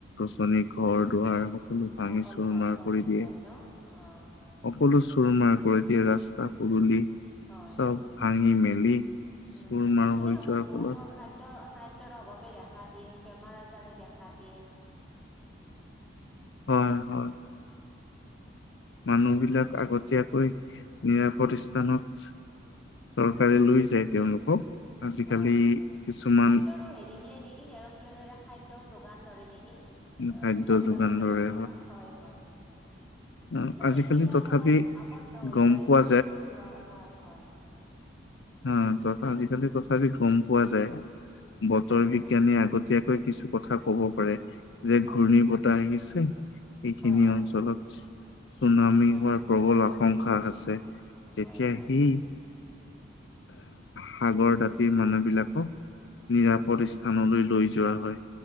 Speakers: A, on the left; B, in the centre.
A: খনি ঘৰ -দুৱাৰ সকলো ভাঙি
B: সকলো
A: চুৰ
B: নষ্ট
A: মাৰ কৰি
B: হৈ
A: দিয়ে।
B: যায় ন অ
A: সকলো চুৰ মাৰ কৰি দিয়ে ৰাস্তা, পদুলি
B: হয়
A: চব ভাঙি মেলি
B: উম
A: চুৰ মাৰ
B: এইখিনি
A: হৈ
B: সময়ত
A: যোৱাৰ
B: বহুতৰ
A: ফলত
B: খাদ্য দ্যৰ খাদ্যৰ অভাৱে দেখা দিয়ে, বেমাৰ আজাৰে দেখা দিয়ে।
A: <inaudible> হয় হয়। মানুহবিলাক আগতীয়াকৈ নিৰাপদ স্থানত চৰকাৰে
B: হয়
A: লৈ যায় তেওঁলোকক। আজিকালি
B: হয়,
A: কিছুমান
B: খাদ্যৰো হেৰি দিয়ে নেকি এৰপ্লেনেৰে খাদ্য যোগান ধৰে নেকি?
A: খাদ্য
B: চৰকাৰৰ
A: যোগান
B: ফালৰ
A: ধৰে
B: পৰা হয় হয়।
A: আহ
B: কিছুমান
A: আজিকালি
B: এনেকুৱা
A: তথাপি
B: জাগাত আৱদ্ধ হৈ
A: গম
B: যায়
A: পোৱা
B: য'ত নেকি, যোৱাও হয় হয়।
A: অ ত আজিকালি তথাপি গম পোৱা যায়। বতৰ
B: হয়
A: বিজ্ঞানী
B: হয়
A: আগতীয়াকৈ কিছু কথা কব পাৰে। যে
B: হয়
A: ঘূৰ্ণী
B: হয়
A: বতাহ আহিছে, এইখিনি
B: হয় হয়
A: অঞ্চলত চুনামী
B: উম হম
A: হোৱাৰ প্ৰবল
B: হয়
A: আশংকা
B: হয়
A: আছে, তেতিয়া
B: হয় হয়
A: সি সাগৰ দাঁতিৰ মানুহবিলাকক নিৰাপদ স্থানলৈ লৈ যোৱা হয়।